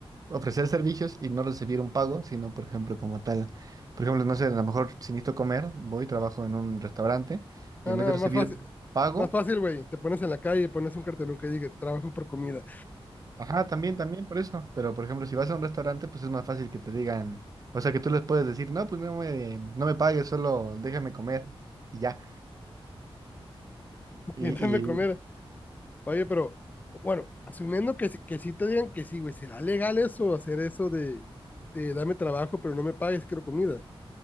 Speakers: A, on the right; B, on the left.
A: ofrecer servicios y no recibir un pago, sino por ejemplo como tal, por ejemplo, no sé, a lo mejor si necesito comer, voy, trabajo en un restaurante y
B: Ah,
A: en vez
B: no,
A: de recibir
B: más fácil,
A: pago,
B: más fácil, güey, te pones en la calle y pones un cartelón que diga, trabajo por comida,
A: ajá, también, también, por eso, pero por ejemplo, si vas a un restaurante, pues es más fácil que te digan, o sea, que tú les puedes decir, no, pues no me, no me pagues, solo déjame comer y ya.
B: <laughs>
A: Y,
B: y dame comer. Oye, pero, bueno, asumiendo que, sí- que sí te digan que sí, güey, ¿será legal eso, hacer eso de, de dame trabajo, pero no me pagues, quiero comida?